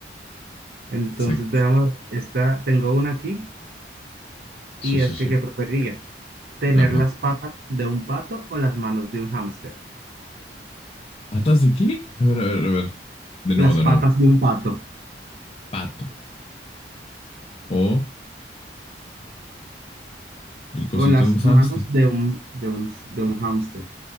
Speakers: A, on the right (about 55°); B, on the left (about 35°).
A: Entonces,
B: Exacto.
A: dejamos, esta, tengo una aquí
B: Sí,
A: Y
B: sí,
A: es
B: sí.
A: que, ¿qué preferirías? ¿Tener
B: Ajá.
A: las patas de un pato o las manos de un hámster?
B: ¿Patas de qué? A ver, a ver, a ver. De
A: Las
B: nuevo, de
A: patas
B: nuevo.
A: de un pato
B: Pato. O el cosito
A: o las
B: de un hámster.
A: manos de un, de un, de un hámster.